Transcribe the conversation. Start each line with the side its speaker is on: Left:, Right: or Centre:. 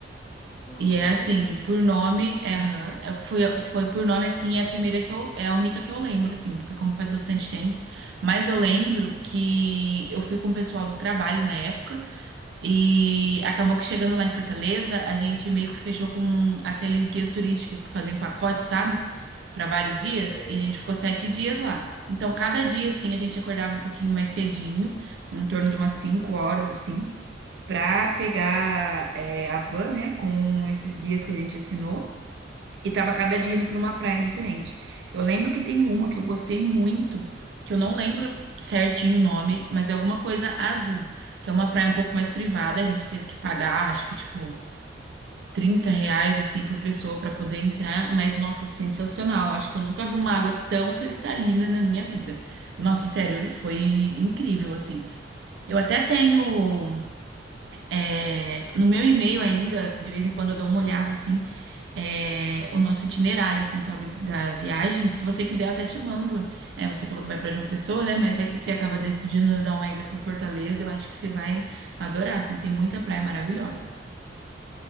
Left: Uhum,
Right: E é
Left: região
Right: assim,
Left: turística.
Right: por nome, é aham. Eu fui, foi por nome assim, é a primeira que eu, é a única que eu lembro, assim, porque como faz bastante tempo. Mas eu lembro que eu fui com o pessoal do trabalho na época e acabou que chegando lá em Fortaleza, a gente meio que fechou com aqueles guias turísticos que fazem pacote, sabe? Pra vários dias,
Left: Sei.
Right: e a gente ficou sete dias lá. Então, cada dia, assim, a gente acordava um pouquinho mais cedinho, em torno de umas cinco horas, assim para pegar é, a van, né, com esses guias que a gente assinou, e tava cada dia indo para uma praia diferente. Eu lembro que tem uma que eu gostei muito, que eu não lembro certinho o nome, mas é alguma coisa azul, que é uma praia um pouco mais privada, a gente teve que pagar, acho que tipo 30 reais assim por pessoa para poder entrar, mas nossa, sensacional. Acho que eu nunca vi uma água tão cristalina na minha vida. Nossa, sério, foi incrível assim. Eu até tenho. É, no meu e-mail ainda, de vez em quando eu dou uma olhada assim, é, o nosso itinerário assim sobre da viagem. Se você quiser, eu até te mando. É, você falou que vai para João Pessoa, né? Mas vai que você acaba decidindo dar uma ida por Fortaleza. Eu acho que você vai adorar, assim, tem muita praia maravilhosa.